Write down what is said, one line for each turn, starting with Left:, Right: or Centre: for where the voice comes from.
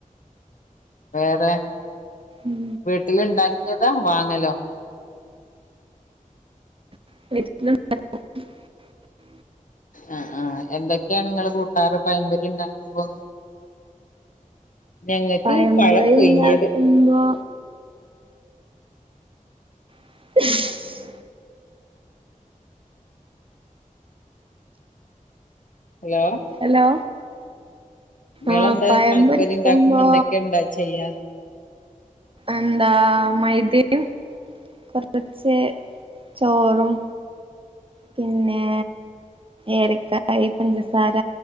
Left: വേറെ
Right: ഉം
Left: വീട്ടിലുണ്ടാക്കിയതാ വാങ്ങലോ
Right: <unintelligible>
Left: ആ ആ എന്തൊക്കെയാണ് ങ്ങള് കൂട്ടാറ് പയംപോരി ഇണ്ടാക്കുമ്പോ ഞങ്ങക്ക്
Right: പഴംപൊരി
Left: പഴം പുയുങ്ങിയത്
Right: ഉണ്ടാക്കുമ്പോ <unintelligible>
Left: ഹലോ
Right: ഹലോ
Left: നിങ്ങെളന്താ
Right: ആഹ് പഴം
Left: പയം
Right: പൊരിക്കുമ്പോ
Left: പൊരി ഇണ്ടാക്കുമ്പം എന്തൊക്കെയ ചെയ്യാ
Right: എന്താ മൈദയും കുറച്ച് ചോറും പിന്നെ ഏലക്കായ പഞ്ചസാര